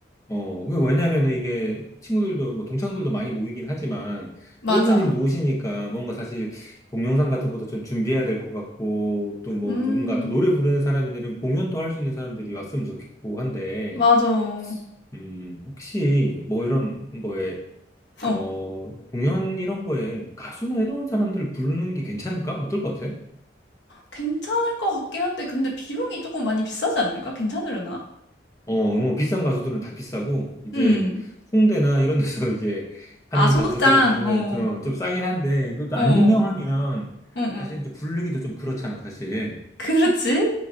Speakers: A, on the left (about 15°); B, on the left (about 65°).
A: 어, 그 왜냐면은 이게 친구들도, 뭐, 동창들도 많이 모이긴 하지만,
B: 맞아.
A: 또 은사님도 오시니까 뭔가 사실 동영상 같은 것도 좀 준비해야 될 것 같고, 또 뭐,
B: 음,
A: 누군가 또 노래 부르는 사람이나 이런 공연도 할 수 있는 사람들이 왔으면 좋겠고 한데,
B: 맞아. 어,
A: 음, 혹시 뭐 이런 거에,
B: 어.
A: 어, 공연 이런 거에 가수나 이런 사람들 부르는 게 괜찮을까? 어떨 것 같아?
B: 괜찮을 것 같긴 한데, 근데 비용이 조금 많이 비싸지 않을까? 괜찮으려나?
A: 어, 뭐 비싼 가수들은 다 비싸고, 이제
B: 음.
A: 홍대나 이런 데서 <laughs> 이제 하는
B: 아, 소극장.
A: 가수들을 부르면
B: 어,
A: 좀, 좀 싸긴 한데, 근데 또
B: 어,
A: 안 유명하면
B: 어, 어.
A: 사실 또 부르기도 좀 그렇잖아, 사실.
B: 그렇지.